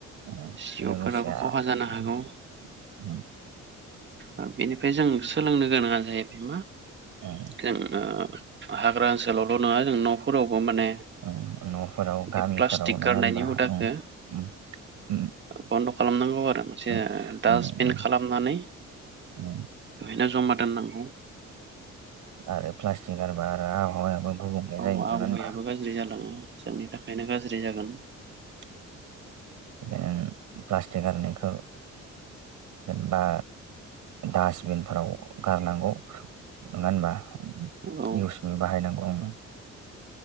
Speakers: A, on the right (about 80°); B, on the right (about 35°).
A: उम
B: जिउफोराबो
A: लोगोसे
B: खहा जानो हागौ।
A: उम उम
B: ओ बेनिफाय जों सोलोंनो गोनाङा जाहैबाय मा
A: उम
B: खोन ओ हाग्रा ओनसोलावल' नोङा जों न'फोरावबो माने
A: उम न'फोराव
B: बे
A: गामिफोराव
B: प्लास्टिक
A: नोङा
B: गारनायनि
A: होनबा
B: हुदाखौ
A: उम उम उम
B: बन्द' खालामनांगौ आरो मोनसे
A: उम
B: डास्टबिन
A: उम
B: खालामनानै
A: उम
B: नो जमा दोननांगौ।
A: आरो प्लास्टिक गारोबा आरो आबहावायाबो गुबुंले जायो
B: औ आबहावायाबो
A: नङा होनबा
B: गाज्रि जालाङो जोंनि थाखायनो गाज्रि जागोन। <inaudible>
A: नों प्लास्टिक गारारनायखौ जेनबा डासबिनफोराव गारनांगौ नोङा होनबा उम
B: औ
A: इउस मि बाहायनांगौ उम।